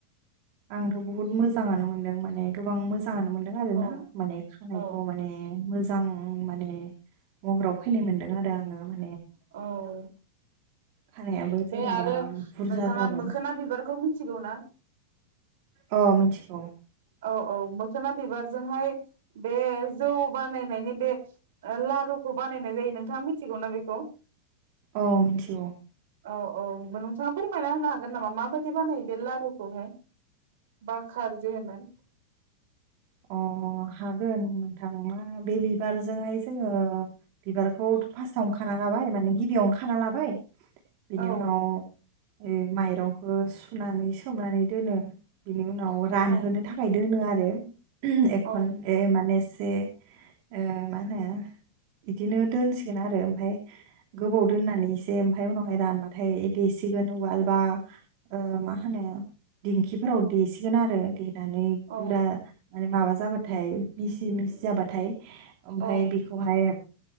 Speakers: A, on the right; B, on the right.
A: आंथ' बहुद मोजाङानो मोनदों माने गोबां मोजाङानो मोनदों आरो
B: औ
A: ना माने खानायखौ
B: औ
A: माने मोजां <unintelligible> माने महराव फैनाय मोन्दों आरो आङो मा
B: औ
A: खानायाबो जेनेबा
B: बे आरो
A: बुरजा
B: नोंथाङा
A: जादों
B: मोखोना बिबारखौ मिनथिगौ ना
A: अ मिनथिगौ
B: औ औ मोखोना बिबारजोंहाय बे जौ बानायनायनि बे ओ लारु खौ बानायनाय जायो नोंथाङा मिनथिगौना बेखौ
A: औ मिनथिगौ
B: औ औ नोंथाङा फोरमायना होनो हागोन नामा माबायदि बानायो बे लारुखौहाय बाखार जेनो
A: अ अ अ हागोन नोंथां मा बे बिबारजोंहाय जोङो बिबारखौथ' फार्स्टावनो खाना लाबाय माने गिबियावनो खाना लाबाय बिनि
B: औ
A: उनाव ए माइरंखौ सुनानै सोमनानै दोनो। बेनि उनाव रानहोनो
B: औ
A: थाखाय दोनो आरो। एकन
B: औ
A: ए माने से ओ माहोनो बिदिनो दोनसिगोन आरो ओमफाय गोबाव दोननानै एसे ओमफाय उनावहाय रानबाथाय देस सिगोन उवालबा ओ माहोनो दिंखिफोराव देसिगोन आरो। देनानै
B: औ
A: गुरा माने माबा जाबाथाय मिसि मिसि जाबाथाय ओमफाय
B: औ
A: बेखौहाय